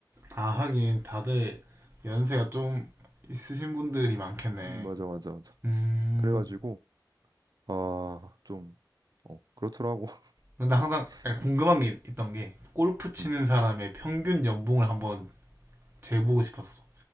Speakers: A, on the right; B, on the right.
A: 아, 하긴 다들 연세가 좀 있으신 분들이 많겠네.
B: 음 맞아 맞아 맞아
A: 음.
B: 그래가지고 아좀 어, 그렇더라고
A: 근데 항상
B: <laughs>
A: 궁금한 게 있던 게 골프 치는
B: 음,
A: 사람의 평균 연봉을 한번 재보고 싶었어.